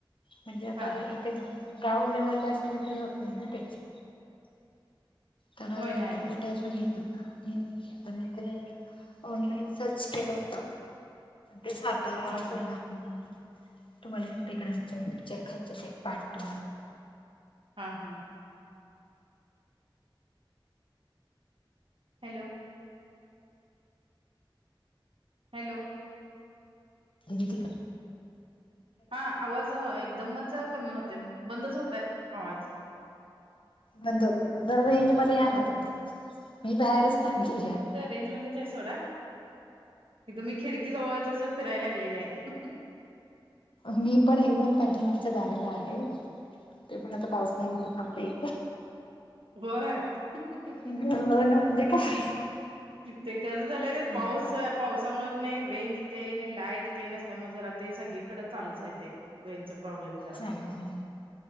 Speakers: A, on the left; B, on the right.
A: म्हणजे आता
B: हा
A: इथे गाव लेवलला अशी विक्री होत नाही ना त्याची. तर
B: होय नाही
A: ते
B: होत
A: कुठे असं घेतलं नाही आता ते ऑनलाईन सर्च केलं होत ते सातारा,
B: हा हा
A: कोल्हापूर, तुम्हाला सांगते इकडे खालच्या इकडच्या खालच्या सा एक पाटण
B: हा हा हॅलो हॅलो
A: म्हणजे
B: हा आवाज एकदमच कमी होते बंदच होतय आवाज.
A: बंद होत का जरा रेंज मध्ये या ना तुम्ही मी बाहेरच थांबले
B: रेंज मध्येच आहे सोडा हित मी खिडकी जवळच अस फिरायला लागलेले आहे.
A: मी पण एकदम पॅडीमागच्या दाराला आले ते पण आता पाऊस नाही म्हणून थांबले..
B: होय
A: हो म्हणजे काय?
B: ते कसं झालंय
A: चला
B: ते पाऊस पाऊस, मुळ कणी रेंज ते आणि लाईट ते नसल्यामुळे जरा ते सगळीकडें चालूच आहे ते वेनच प्रॉब्लेम जरा.
A: चालेल